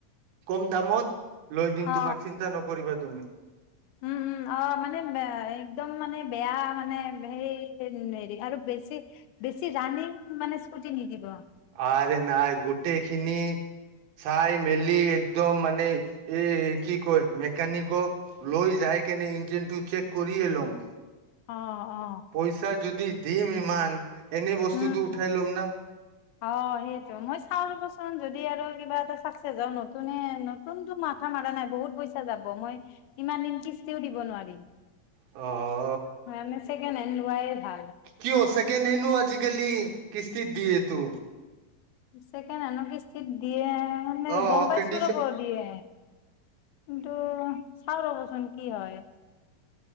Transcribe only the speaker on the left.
অ
উম, উম, অ, মানে <inaudible> একদম মানে বেয়া মানে সেই হেৰি আৰু বেছি বেছি ৰানিিং মানে স্কুটি নিদিব
অ অ
উম
অ সেইটো মই চাও ৰ'বচোন যদি আৰু কিবা এটা চাকচেছ হ নতুনে নতোনটো মাথা মাৰা নাই বহুত পইচা যাব মই ইমান দিন কিস্তিও দিব নোৱাৰিম
হয় আমি ছেকেণ্ড হেণ্ড লোৱাইে ভাল
চকেড আনক কিসিত দিয়ে মানে
গম পাইছো
ৰ'ব দিয়ে কিন্তু চাও ৰ'বচোন কি হয়